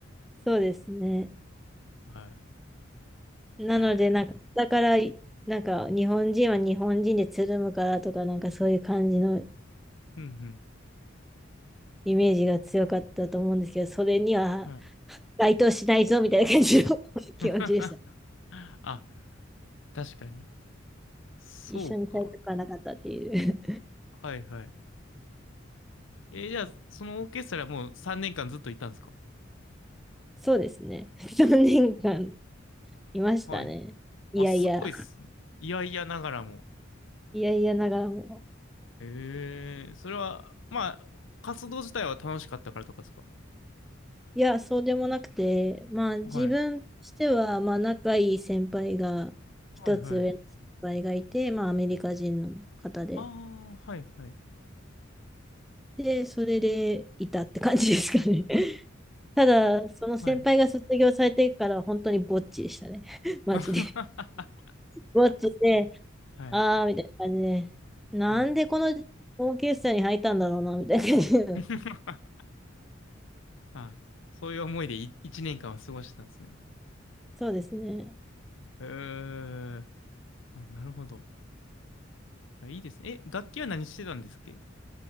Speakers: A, in the centre; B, on the left (about 70°).
A: そうですね。
B: はい。
A: なので、
B: はい。
A: なんか、だから、なんか、日本人は日本人でつるむからとか、なんかそういう感じの
B: うん
A: イメージが強かったと思うんですけど、それには
B: うん。はい。
A: 該当しないぞみたいな感じの <laughs> 気持ちでした。
B: <laughs> あ、確かに。そうか。
A: 一緒にされたくはなかったっていう。
B: はいはい。えーじゃあ、そのオーケストラもう3年間ずっといたんですか
A: そうですね。<laughs> 3年間いましたね。
B: はい。
A: いやいや、
B: あ、すごいっすね。いやいやながらも。
A: いやいやながらも。
B: ええそれは、まあ、活動自体は楽しかったからとかですか
A: いや、そうでもなくて、まあ自分としては、
B: はい。
A: まあ仲いい先輩が、一つ上の先輩がいて、
B: はいはい。
A: まあアメリカ人の方で。
B: ああ、はいはい。
A: で、それでいたって感じですかね。<laughs> ただ、その先輩が卒業されてから本当にぼっちでしたね。
B: はい。
A: <laughs> マジで。
B: <laughs> あ、
A: ぼっちで、
B: はい。
A: あーみたいな感じで、なんでこのオーケストラに入ったんだろうな、
B: はい。
A: みたいな感じの。
B: <laughs> あ、そういう思いでい一年間は過ごしてたんですね。
A: そうですね。
B: えー、あ、なるほど。いや、いいですね。え、楽器は何してたんですっけ